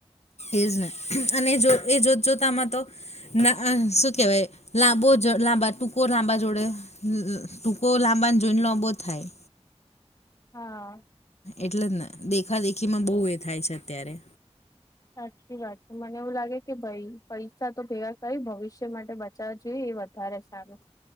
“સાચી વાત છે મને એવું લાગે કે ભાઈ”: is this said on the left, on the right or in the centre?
Left